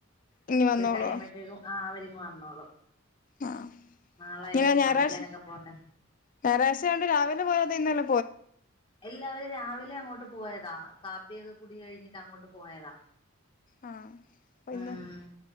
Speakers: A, on the left; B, on the left.
A: ഇനി
B: ഇത്തിരി
A: വന്നോളോ
B: കഴിയുമ്പഴത്തേക്കും ആ അവരിങ് വന്നോളും
A: ആ
B: നാളെ
A: ഇങ്ങനെ
B: ഇനി
A: ഞായറാഴ്ച
B: പഠിക്കാനൊക്കെ പോണ്ടേ
A: ഞായറാഴ്ചണ്ട് രാവിലെ പോയത ഇന്നല്ല
B: എല്ലാവരും രാവിലെ അങ്ങോട്ട് പോയതാ കാപ്പിയൊക്കെ കുടി കഴിഞ്ഞിട്ട് അങ്ങോട്ട് പോയതാ.
A: ആ ഇപ്പ ഇന്ന്
B: ഉം